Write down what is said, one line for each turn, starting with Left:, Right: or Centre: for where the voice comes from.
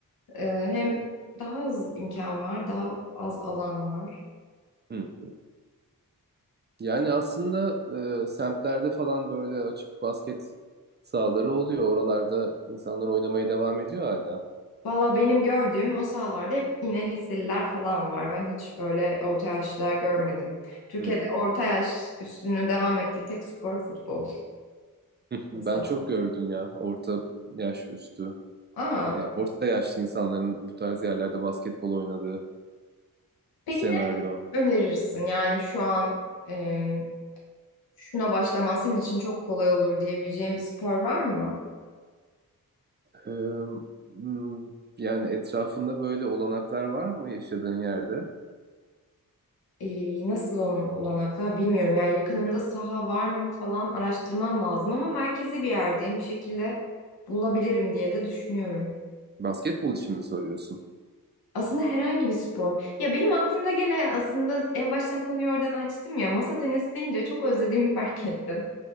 Left: e, hem daha az imkan var, daha az alan var.
Right: Hı. Yani aslında e, semtlerde falan böyle açık basket sahaları oluyor. Oralarda insanlar oynamaya devam ediyor hala.
Left: Valla benim gördüğüm o sahalarda hep yine liseliler falan var. Ben hiç böyle orta yaşlılar görmedim. Türkiye'de
Right: Hmm.
Left: orta yaş üstünü devam ettiği tek spor futbol.
Right: Ben
Left: aslında.
Right: çok gördüm ya orta yaş üstü.
Left: Aa,
Right: Ya orta yaşlı insanların bu tarz yerlerde basketbol oynadığı
Left: peki
Right: senaryo.
Left: ne önerirsin? Yani şu an e, şuna başlaman senin için çok kolay olur diyebileceğin bir spor var mı?
Right: Ee, hmm, yani etrafında böyle olanaklar var mı yaşadığın yerde?
Left: E, nasıl onun olanaklar bilmiyorum. Yani yakınımda saha var mı falan araştırmam lazım ama merkezi bir yerdeyim bir şekilde bulabilirim diye de düşünüyorum.
Right: Basketbol için mi soruyorsun?
Left: Aslında herhangi bir spor. Ya benim aklımda gene aslında en baştan konuyu oradan açtım ya masa tenisi deyince çok özlediğimi <laughs> fark ettim.